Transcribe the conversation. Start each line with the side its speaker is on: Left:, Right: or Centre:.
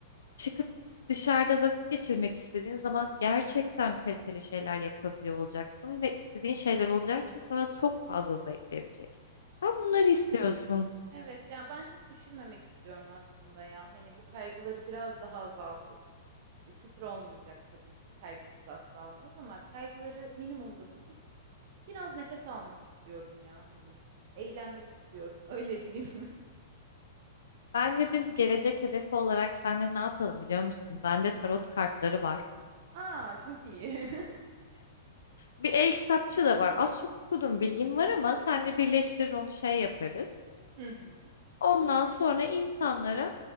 Left: çıkıp dışarıda vakit geçirmek istediğin zaman gerçekten kaliteli şeyler yapabiliyor olacaksın ve istediğin şeyler olacağı için sana çok fazla zevk verecek. Sen
Right: Kesinlikle.
Left: bunları istiyorsun.
Right: Evet yani ben çok düşünmemek istiyorum aslında ya. Hani bu kaygıları biraz daha azaltıp e, sıfır olmayacak tabii ki. Kaygısız asla olmaz ama kaygıları minimumda tutup biraz nefes almak istiyorum ya hani. Eğlenmek istiyorum öyle diyeyim <laughs> mi?
Left: Bence biz gelecek hedefi olarak seninle ne yapalım biliyor musun? Bende tarot kartları var.
Right: Aa çok iyi. <laughs>
Left: Bir el kitapçı da var. Az çok okudum, bilgim var ama seninle birleştirir onu şey yaparız.
Right: Hı hı.
Left: Ondan sonra insanlara